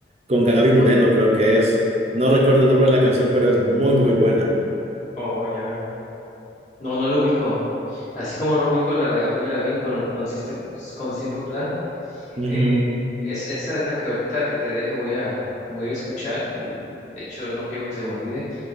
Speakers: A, on the right; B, on the left.
A: con Gaby Moreno, creo que es. No recuerdo el nombre de la canción, pero es muy, muy buena.
B: Oh, ya. No, no lo ubico. Así como no ubico la de Avril Lavigne con, con, System- con Simple Plan,
A: Ujú,
B: eh, es, esa es la que ahorita que te deje voy a, voy a ir a escuchar. Mm, De hecho, no quiero que se me olvide.